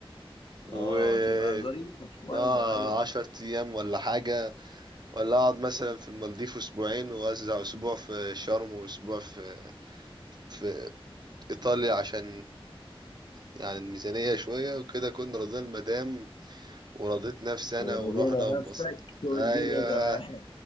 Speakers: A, on the right; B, on the left.
A: و
B: آه تبقى ظريفة شوية
A: اه
B: أيوة
A: عشر ايام ولا حاجة ولا اقعد مثلا في المالديف اسبوعين واوزع اسبوع في شرم واسبوع في في ايطاليا عشان يعني الميزانية شوية وكده كنا راضيين المدام ورضيت نفسي
B: ورضينا
A: انا ورحنا وبص
B: نفسك والدنيا
A: ايوه
B: تمام